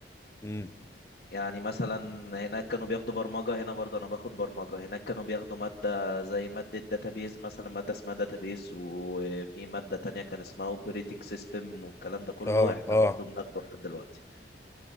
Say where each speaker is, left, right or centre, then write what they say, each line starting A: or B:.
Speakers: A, on the left; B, on the left.
A: امم
B: يعني مثلا هناك كانوا بياخدوا برمجة هنا برضه أنا باخد برمجة هناك كانوا بياخدوا مادة زي مادة داتابيز مثلا مادة اسمها داتابيز وفي مادة تانية كان اسمها اوبريتنج سيستم والكلام ده كله
A: آه
B: احنا
A: آه
B: برضه بناخده لحد دلوقتي